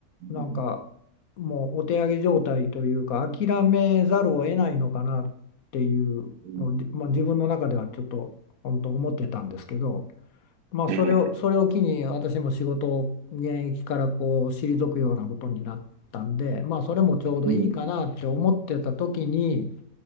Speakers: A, on the left; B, on the right.
A: なんかもうお手上げ状態というか諦めざるを得ないのかなっていうのを、
B: うん、うん
A: じまあ、自分の中ではちょっと本当思ってたんですけど、まあ、
B: ええ、
A: それをそれを機に私も仕事を現役からこう退くようなことになったんで、まあ、それもちょうどいいかなって思ってた時に、
B: うん、